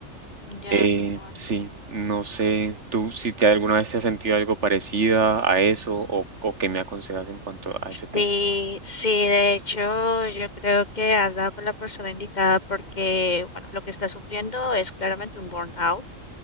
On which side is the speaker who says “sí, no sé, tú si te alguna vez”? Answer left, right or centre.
Right